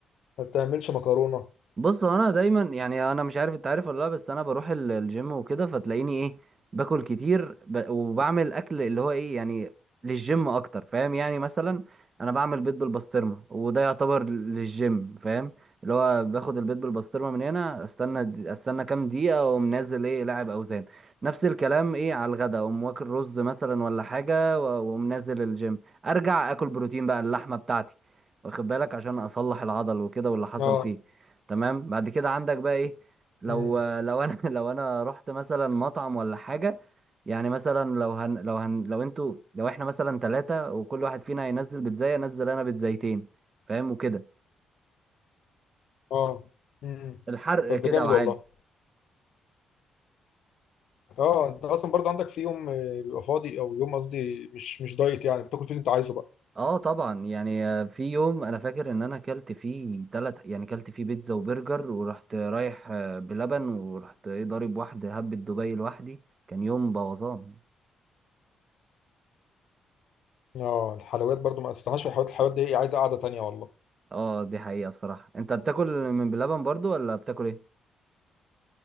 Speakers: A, on the left; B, on the right.
A: ما بتعملش مكرونه
B: بص هو انا دايما يعني انا مش عارف انت عارف ولا لا بس انا بروح ال- الجيم وكده فتلاقيني ايه باكل كتير ب... وبعمل اكل اللي هو ايه يعني للجيم اكتر فاهم يعني مثلا انا بعمل بيض بالبسطرمه وده يعتبر للجيم فاهم اللي هو باخد البيض بالبسطرمه من هنا استنى استنى كام دقيقه واقوم نازل ايه لاعب اوزان نفس الكلام ايه على الغدا اقوم واكل رز مثلا ولا حاجه و- واقوم نازل الجيم ارجع اكل بروتين بقى اللحمه بتاعتي واخد بالك عشان اصلح العضل وكده واللي حصل
A: اه
B: فيه تمام بعد كده عندك بقى ايه لو
A: امم
B: لو انا <laughs> لو انا رحت مثلا مطعم ولا حاجه يعني مثلا لو هن لو هن لو انتوا لو احنا مثلا ثلاثه وكل واحد فينا هينزل بيتزاي انزل انا بيتزايتين فاهم وكده
A: اه امم
B: الحرق
A: طب
B: كده
A: ده جامد
B: وعالي
A: والله اه انت اصلا برضو عندك في يوم آه، بيبقى فاضي او يوم قصدي مش مش دايت يعني بتاكل فيه اللي انت عايزه بقى
B: اه طبعا يعني آه، في يوم انا فاكر ان انا كلت فيه ثلاث يعني كلت فيه بيتزا وبرجر ورحت رايح آه، بلبن ورحت ايه ضارب واحده هبة دبي لوحدي كان يوم بوظان
A: اه الحلويات برضو ما استناش في الحلويات الحلويات دي عايزه قعده تانيه والله
B: اه دي حقيقه الصراحه انت بتاكل من بلبن برضو ولا بتاكل ايه